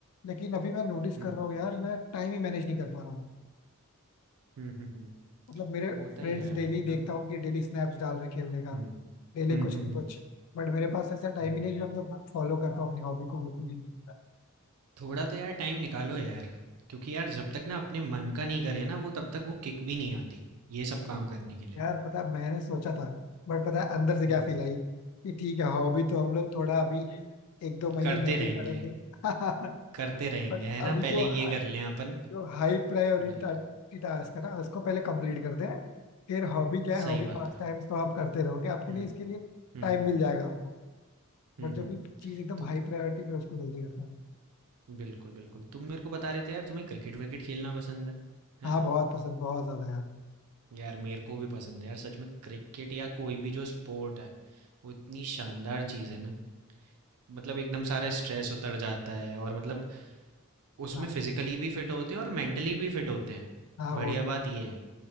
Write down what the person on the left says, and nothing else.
लेकिन अभी मैं नोटिस
कर रहा हूँ यार मैं टाइम ही मैनेज नहीं कर पा रहा हूँ।
मतलब मेरे फ्रेंड्स
डेली
देखता हूँ कि डेली स्नैप्स डाल रहे हैं खेलने का
डेली
कुछ
ना
कुछ बट मेरे पास ऐसा टाइम
ही नहीं कि मैं मतलब फॉलो कर पाऊँ अपनी हॉबी को बिल्कुल भी
यार पता है मैंने सोचा था बट पता है अंदर से क्या
फील आई कि ठीक है हॉबी तो हम लोग थोड़ा अभी एक दो महीने
नहीं भी
करेंगे <laughs>
बट
अभी
जो
हाई
जो हाई प्रायोरिटी
टास्क है ना उसको पहले कंप्लीट करते हैं फिर हॉबी क्या है
हॉबी
पास
टाइम्स तो आप करते रहोगे आपके
लिए इसके लिए
टाइम
मिल जाएगा आपको
बट जब
ये चीज एकदम
हाई प्रायोरिटी पे है, उसको जल्दी करते हैं
हाँ बहुत पसंद बहुत ज्यादा यार
हाँ
हाँ
वो तो